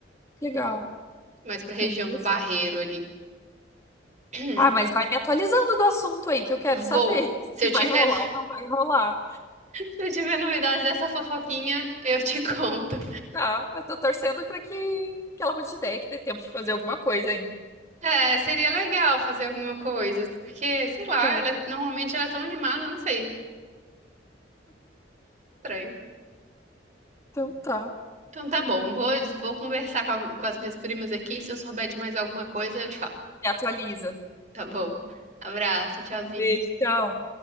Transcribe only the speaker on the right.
mais pra região
do Barreiro ali. <clears throat>
Vou.
Se eu tiver,
<laughs>
se eu tiver novidades dessa fofoquinha, eu te <laughs> conto.
É, seria legal fazer alguma coisa, porque, sei lá,
ela normalmente ela é tão animada, não sei. Estranho.
Então tá bom, vou, vou conversar com, a- com as minhas primas aqui. Se eu souber de mais alguma coisa, eu te falo.
Tá bom. Abraço, tchauzinho.